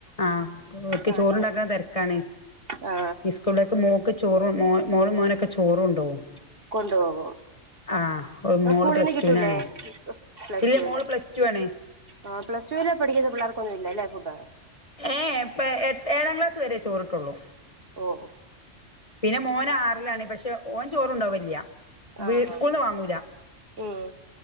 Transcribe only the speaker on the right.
ആ
ആ
ആ
കൊണ്ടുപോവോ,
പ്പ
സ്കൂളീന്ന്
കിട്ടൂല്ലേ?
പ്ലസ്ടൂന്.
ആഹ് പ്ലസടൂല് പഠിക്ക്ന്ന പിള്ളാർക്കൊന്നും ഇല്ലല്ലേ ഫുഡ്ഡ്?
ഓഹ്
ആ
ആ
ഉം